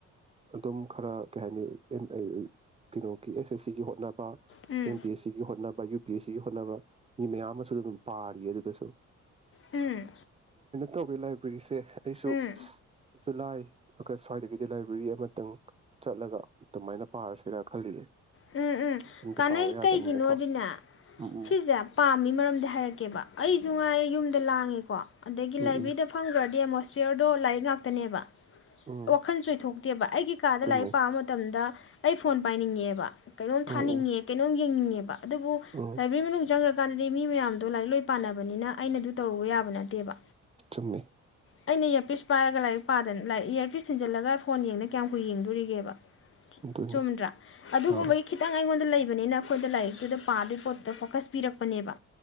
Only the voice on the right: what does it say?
ꯑꯗꯨꯝ ꯈꯔ ꯀꯩ ꯍꯥꯏꯅꯤ <unintelligible> ꯀꯩꯅꯣꯒꯤ ꯑꯦꯁ ꯑꯦꯁ ꯁꯤꯒꯤ ꯍꯣꯠꯅꯕ ꯑꯥ
ꯑꯦꯝ ꯄꯤ ꯑ ꯁꯤꯒꯤ ꯍꯣꯠꯅꯕ ꯒꯤ ꯄ ꯑ ꯁꯤꯒꯤ ꯍꯣꯠꯅꯕ ꯃꯤ ꯃꯌꯥꯝ ꯑꯃꯁꯨ ꯑꯗꯨꯝ ꯄꯥꯔꯤꯌꯦ ꯑꯗꯨꯗꯁꯨ
ꯇꯧꯒꯦ ꯂꯥꯏꯕꯤꯔꯤꯁꯦ ꯑꯩꯁꯨ
ꯖꯨꯂꯥꯏ ꯑꯒꯁ ꯁ꯭ꯋꯥꯏꯗꯒꯤꯗꯤ ꯂꯥꯏꯕ꯭ꯔꯦꯔꯤ ꯑꯃꯇꯪ ꯆꯠꯂꯒ ꯑꯗꯨꯃꯥꯏꯅ ꯄꯥꯔꯁꯤꯔꯥ ꯈꯜꯂꯤꯌꯦ
ꯌꯨꯝꯗ
ꯄꯥꯕ ꯌꯥꯗꯕꯅꯤꯅꯀꯣ
ꯎꯝ ꯎꯝ
ꯎꯝ
ꯎꯝ ꯎꯝ
ꯆꯨꯝꯃꯦ
ꯎꯝ ꯎꯝ
ꯎꯝ
ꯊꯨꯝꯃꯦ
ꯑꯗꯨꯅꯤ
ꯑꯥ